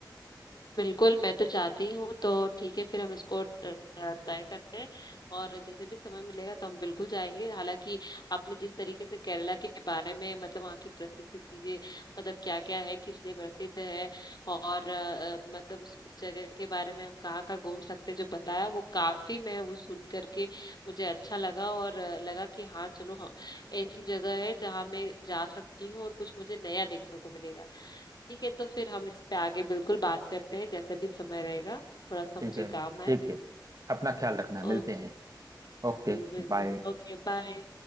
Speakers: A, on the left (about 60°); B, on the right (about 50°).
A: बिल्कुल मैं तो चाहती हूँ तो ठीक है फिर हम इसको ट्राई करते हैं और जैसे भी समय मिलेगा तो हम बिल्कुल जाएंगे हालांकि आपने जिस तरीके से केरला के बारे में मतलब वहाँ की प्रसिद्ध चीजें मतलब क्या क्या है किस लिए प्रसिद्ध है और अ, मतलब उस उस जगह के बारे में हम कहाँ कहाँ घूम सकते हैं जो बताया वो काफी मैं वो सुन करके मुझे अच्छा लगा और अ, लगा कि हाँ चलो हम ऐसी जगह है जहाँ मैं जा सकती हूँ और कुछ मुझे नया देखने को मिलेगा ठीक है तो फिर हम इस पे आगे बिल्कुल बात करते हैं जैसे भी समय रहेगा थोड़ा सा
B: ठीक
A: मुझे
B: है
A: काम है
B: ठीक है अपना
A: ओ-
B: ख्याल रखना मिलते
A: ओ-
B: हैं Okay
A: बिल्कुल बिल्कुल
B: bye
A: ओके बाय